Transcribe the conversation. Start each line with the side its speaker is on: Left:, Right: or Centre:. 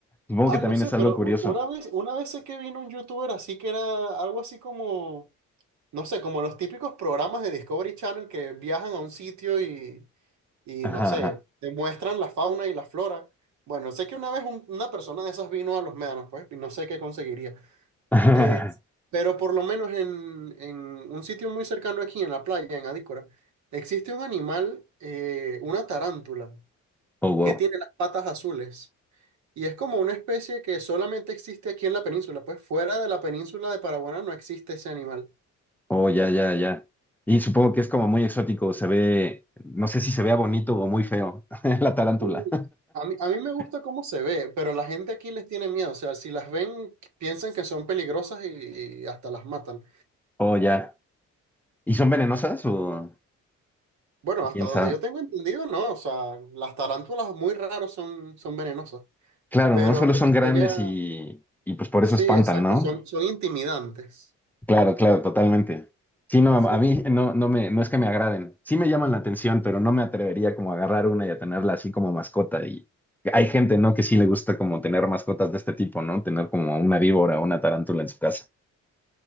Centre: Supongo
Right: Ah,
Centre: que también
Right: no sé,
Centre: es algo
Right: pero
Centre: curioso.
Right: u- una vez, una vez sé que vino un youtuber así que era algo así como, no sé, como los típicos programas de Discovery Channel que viajan a un sitio y y
Centre: Ajá,
Right: no sé, te muestran la fauna y la flora. Bueno, sé que una vez un- una persona de esas vino a los médanos, pues, y no sé qué conseguiría.
Centre: ajá.
Right: Eh,
Centre: <laughs>
Right: pero por lo menos en, en un sitio muy cercano aquí, en la playa, en Adícora, existe un animal, eh, una tarántula,
Centre: Oh, wow.
Right: que tiene las patas azules. Y es como una especie que solamente existe aquí en la península, pues fuera de la península de Paraguaná no existe ese animal.
Centre: Oh, ya, ya, ya. Y supongo que es como muy exótico, se ve, no sé si se vea bonito o muy feo, <laughs> la tarántula.
Right: Uy, a mí, a mí me gusta
Centre: <laughs>
Right: cómo se ve, pero la gente aquí les tiene miedo. O sea, si las ven, piensan que son peligrosas y, y hasta las matan.
Centre: Oh, ya. ¿Y son venenosas o,
Right: Bueno,
Centre: o
Right: hasta
Centre: quién
Right: donde
Centre: sabe?
Right: yo tengo entendido, no. O sea, las tarántulas muy raros son, son venenosas.
Centre: Claro,
Right: Pero
Centre: ¿no? Solo
Right: e-
Centre: son grandes
Right: ella,
Centre: y, y pues por
Right: sí,
Centre: eso espantan,
Right: exacto,
Centre: ¿no?
Right: son, son intimidantes.
Centre: Claro, claro, totalmente. Sí, no,
Right: Sí.
Centre: a mí no, no me, no es que me agraden. Sí me llaman la atención, pero no me atrevería como a agarrar una y a tenerla así como mascota. Y hay gente, ¿no? Que sí le gusta como tener mascotas de este tipo, ¿no? Tener como una víbora o una tarántula en su casa.